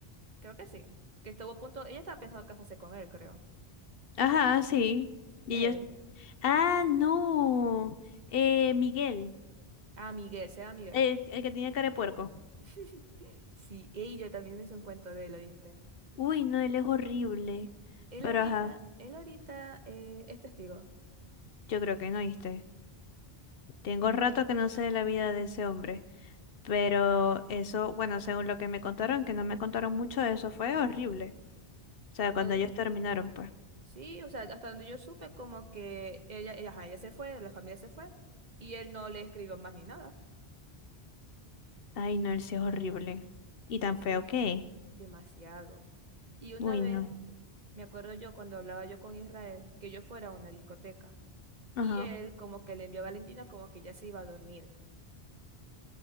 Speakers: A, on the right; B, on the left.
A: creo que sí. Que estuvo a punto, ella estaba pensando casarse con él, creo.
B: Ajá, sí. Y
A: Él.
B: ellos. Ah, no. Eh, Miguel.
A: Ah, Miguel, se llama Miguel.
B: El, el que tenía cara de puerco.
A: <laughs> Sí, y yo también me hice un cuento de él, ¿lo viste
B: Uy, no, él es horrible.
A: Él
B: Pero
A: ahorita,
B: ajá,
A: él ahorita eh, es testigo.
B: yo creo que no oíste. Tengo rato que no sé de la vida de ese hombre. Pero eso, bueno, según lo que me contaron, que no me contaron mucho, eso fue horrible. O sea,
A: Lo
B: cuando
A: de-
B: ellos terminaron, pues.
A: sí, o sea, hasta donde yo supe, como que ella, ella, ajá, ella se fue, la familia se fue, y él no le escribió más ni nada,
B: Ay, no, él sí es horrible. Y tan
A: que es
B: feo que es.
A: demasiado. Y una
B: Uy,
A: vez,
B: no.
A: me acuerdo yo cuando hablaba yo con Israel, que yo fuera a una discoteca,
B: Ajá.
A: y él como que le envió a Valentina como que ya se iba a dormir.